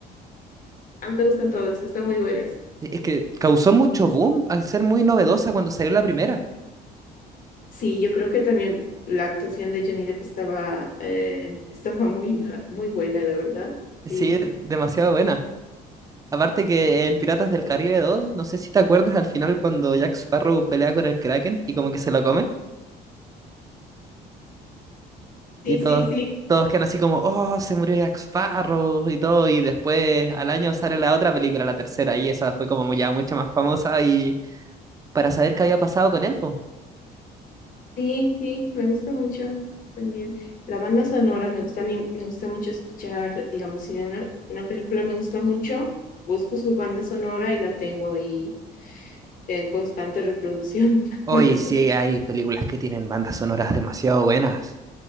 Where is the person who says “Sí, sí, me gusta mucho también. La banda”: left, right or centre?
Left